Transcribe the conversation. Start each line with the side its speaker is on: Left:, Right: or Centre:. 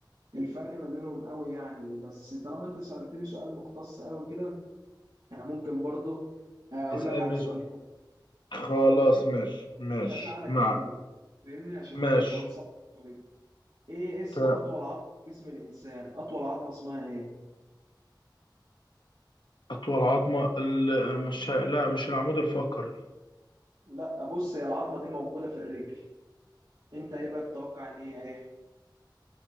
Right: الفرق ما بينهم قوي يعني بس طالما انت سألتني سؤال مختص قوي كده انا ممكن برضه اقول
Left: اسالني
Right: لك على سؤال
Left: س-
Right: حلو.
Left: خلاص
Right: هقول لك
Left: ماشي ماشي
Right: مش هساعدك
Left: معك
Right: فيه فاهمني عشان هو
Left: ماشي
Right: يبقى سؤال صعب أوي. ايه اسم
Left: تمام
Right: اطول عظمه في جسم الانسان اطول عظمه اسمها ايه
Left: أطول عظمة ال- مش لا مش العمود الفقري
Right: لا بص هي العظمه دي موجوده في الرجل انت ايه بقى تتوقع ان هي ايه